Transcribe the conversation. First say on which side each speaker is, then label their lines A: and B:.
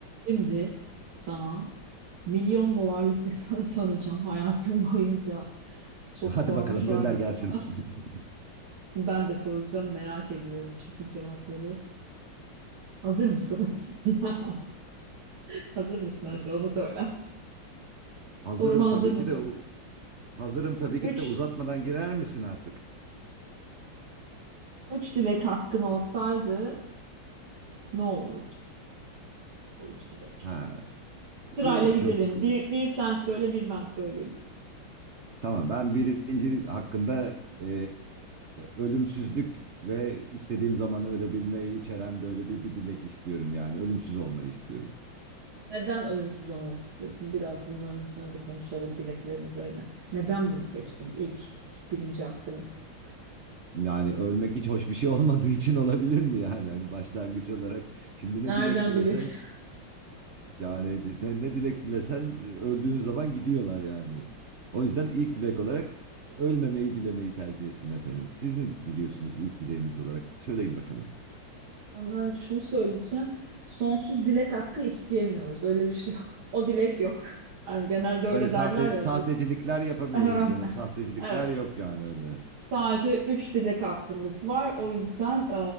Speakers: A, on the right (about 75°); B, on the right (about 55°).
A: Şimdi sana milyon dolarlık bir <laughs> soru soracağım. Hayatım boyunca çok
B: Hadi
A: sormuşlardır
B: bakalım gönder gelsin.
A: bunu. <laughs>
B: <laughs>
A: Ben de soracağım merak ediyorum çünkü cevapları. Hazır mısın? <laughs> Hazır mısın acaba?
B: E,
A: Onu söyle. Soruma
B: Hazırım
A: hazır
B: tabii
A: mısın?
B: ki de u- hazırım tabii
A: Üç,
B: ki de uzatmadan girer misin artık?
A: üç dilek hakkın olsaydı ne olurdu bu üç dilek?
B: Ha,
A: Sırayla
B: e,
A: gidelim.
B: çok
A: Bir, bir sen söyle, bir ben söyleyeyim.
B: tamam. Ben birinci hakkımda e, ölümsüzlük ve istediğim zaman ölebilmeyi içeren böyle bir, bir dilek istiyorum yani ölümsüz olmayı istiyorum.
A: Neden ölümsüz olmak istiyorsun? Biraz bunların üzerine de konuşalım dileklerin üzerine. Neden bunu seçtin ilk, ilk birinci hakkını?
B: Yani ölmek hiç hoş bir şey olmadığı için olabilir mi yani? Hani başlangıç olarak şimdi ne
A: Nereden
B: dilek dilesen
A: biliyorsun?
B: Yani ne, ne dilek dilesen e, öldüğün zaman gidiyorlar yani. O yüzden ilk dilek olarak ölmemeyi dilemeyi tercih ettim efendim. Siz ne diliyorsunuz ilk dileğiniz olarak? Söyleyin bakalım.
A: <laughs> Ondan önce şunu söyleyeceğim. Sonsuz dilek hakkı isteyemiyoruz. Öyle bir şey yok. O dilek yok. <laughs> Yani genelde öyle
B: Öyle sahte
A: derler ya
B: sahtecilikler
A: bu.
B: yapamıyoruz
A: <laughs> Evet.
B: canım. Sahtecilikler
A: Evet.
B: yok yani öyle.
A: Sadece üç dilek hakkımız var. O yüzden e,